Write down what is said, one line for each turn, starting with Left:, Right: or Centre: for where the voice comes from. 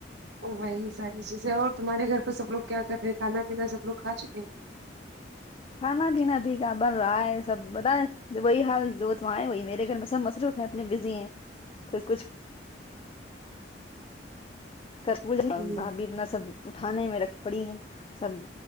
Right: او وہی ساری چیزیں اور تمہارے گھر پہ سب لوگ کیا کر رہے ہیں کانا پینا سب لوگ کھا چکے ہیں
Left: کھانا پینا بھی کیا بن رہا ہے سب بتیں جو وہی حال جو تو آئے وہی میرے گھر میں سب مسروف اپنے بزی ہیں پھر کچھ <unintelligible>
Right: ہیں ہمم
Left: بھابھی اپنا سب اٹھانے میں رکھ پڑی ہیں سب